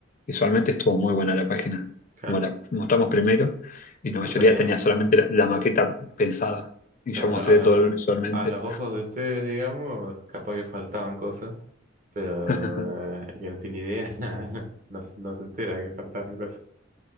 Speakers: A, on the left; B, on the right.
A: visualmente estuvo muy buena la página,
B: claro.
A: como la mostramos primero y la mayoría
B: O sea, digamos,
A: tenía solamente la, la
B: a,
A: maqueta pensada y yo
B: a
A: mostré
B: lo- a lo-
A: todo visualmente.
B: a los ojos de ustedes, digamos, capaz que faltaban cosas, pero
A: <laughs>
B: eh, el que no tiene idea <laughs> no, se no se entera que faltaron